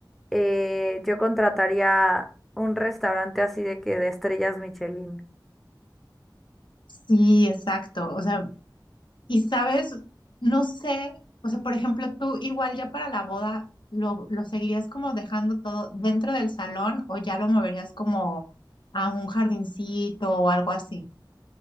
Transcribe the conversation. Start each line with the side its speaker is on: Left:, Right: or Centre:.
Centre: eh, yo contrataría un restaurante así de que de estrellas Michelin.
Left: Sí, exacto. O sea, Y sabes, no sé, o sea, por ejemplo, tú igual ya para la boda, ¿lo, lo seguirías como dejando todo dentro del salón o ya lo moverías como a un jardincito o algo así?